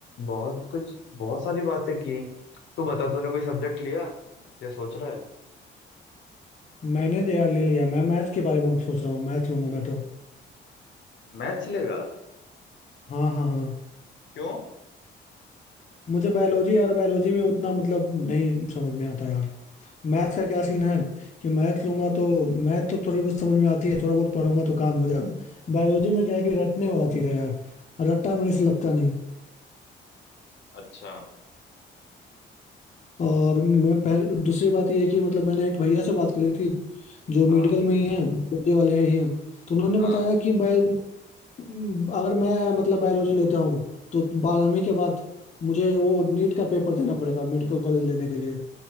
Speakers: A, on the left; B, on the left.
A: बहुत कुछ बहुत सारी बातें की तू बता तूने कोई सब्जेक्ट लिया या सोच रहा है
B: मैंने तो यार ले लिया मैं मैथ के बारे में सोच रहा हूँ मैथ लूंगा मैं तो
A: मैथ्स लेगा
B: हाँ हाँ हाँ
A: क्यों
B: मुझे बायोलॉजी यार बायोलॉजी में उतना मतलब नहीं समझ में आता यार मैथ का क्या सीन है कि मैथ लूंगा तो मैथ तो थोड़ी बहुत समझ में आती है थोड़ा बहुत पढ़ूंगा तो काम हो जाएगा बायोलॉजी में क्या है कि रटने वाला चीज़ है यार और रट्टा मेरे से लगता नहीं
A: अच्छा
B: और मैं पहले दूसरी बात यह है कि मतलब मैंने एक भैया से बात करी थी जो मेडिकल
A: हाँ
B: में ही है मुझे वाले ही हैं तो उन्होंने
A: हाँ
B: बताया कि बायो हम्म, अगर मैं मतलब बायोलॉजी लेता हूँ तो बारहवीं के बाद मुझे वो नीट का पेपर देना पड़ेगा मेडिकल कॉलेज लेने के लिए